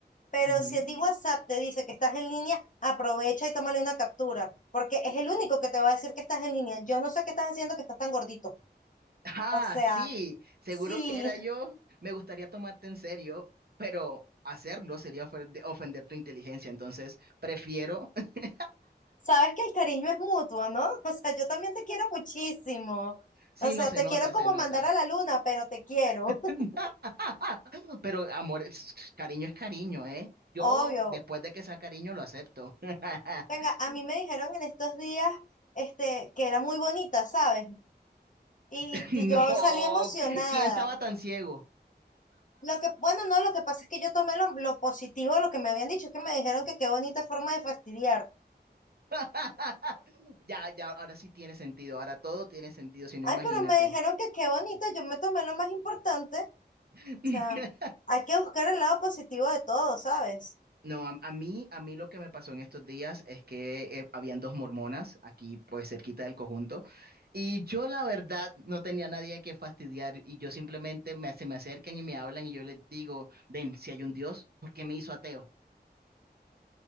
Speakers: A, on the left; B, on the right.
A: Pero
B: Ujú.
A: si a ti WhatsApp te dice que estás en línea, aprovecha y tómale una captura, porque es el único que te va a decir que estás en línea. Yo no sé qué estás haciendo que estás tan gordito.
B: Ah,
A: O sea,
B: sí, seguro
A: sí,
B: que era yo. Me gustaría tomarte en serio, pero hacerlo sería ofende- ofender tu inteligencia. Entonces, prefiero. <laughs>
A: sabes que el cariño es mutuo, ¿no? <laughs> O sea, yo también te quiero muchísimo.
B: Sí,
A: O sea,
B: no se
A: te
B: nota,
A: quiero como
B: se nota.
A: mandar a la luna, pero te quiero, <laughs>
B: <laughs> Pero amor, es- cariño es cariño, ¿eh? Yo,
A: obvio.
B: después de que sea cariño, lo acepto. <laughs>
A: Venga, a mí me dijeron en estos días, este, que era muy bonita, ¿sabes? Y,
B: No,
A: y yo salí emocionada.
B: ¿quién estaba tan ciego?
A: Lo que, bueno, no, lo que pasa es que yo tomé lo, lo positivo de lo que me habían dicho, es que me dijeron que qué bonita forma de fastidiar.
B: <laughs> Ya, ya, ahora sí tiene sentido. Ahora todo tiene sentido, si no,
A: Ay,
B: imagínate.
A: pero me dijeron que qué bonita, yo me tomé lo más importante. O
B: <laughs>
A: sea, hay que buscar el lado positivo de todo, ¿sabes?
B: No, a, a mí, a mí lo que me pasó en estos días es que eh, habían dos mormonas aquí, pues cerquita del conjunto, y yo la verdad no tenía nadie a que fastidiar y yo simplemente me, se me acercan y me hablan y yo les digo, ven, si hay un Dios, ¿por qué me hizo ateo?